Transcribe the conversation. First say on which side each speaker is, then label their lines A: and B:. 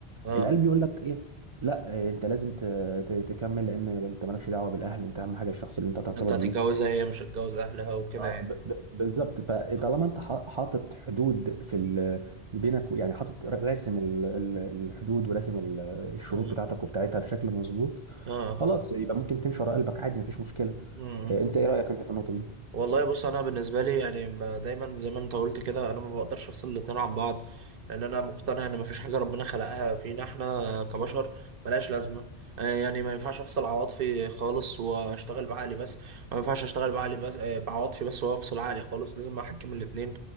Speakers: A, on the right; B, on the right.
A: آه.
B: القلب يقول لك ايه لا إيه، انت لازم ت... ت... تكمل لان انت مالكش دعوه بالاهل انت اهم حاجه الشخص اللي انت ترتبط
A: انت هتتجوزها
B: بيه
A: هي مش هتجوز اهلها وكده
B: آه،
A: يعني
B: ب- ب- بالظبط فطالما
A: اه
B: انت حا- حاطط حدود في ال... بينك يعني حاطط ر- راسم ال- ال- الحدود وراسم ال- الشروط
A: اه
B: بتاعتك وبتاعتها بشكل مظبوط
A: آه.
B: خلاص يبقى ممكن تمشي ورا قلبك عادي مفيش مشكله
A: مم.
B: آه، انت ايه رايك انت في النقطه دي؟
A: والله بص انا بالنسبه لي يعني ما- دايما زي ما انت قلت كده انا ما بقدرش افصل الاتنين عن بعض لان انا مقتنع ان مفيش حاجه ربنا خلقها فينا احنا كبشر ملهاش لازمه آه، يعني ما ينفعش افصل عواطفي خالص واشتغل بعقلي بس ما ينفعش اشتغل بعقلي بس آه، بعواطفي بس وافصل عقلي خالص لازم احكم الاتنين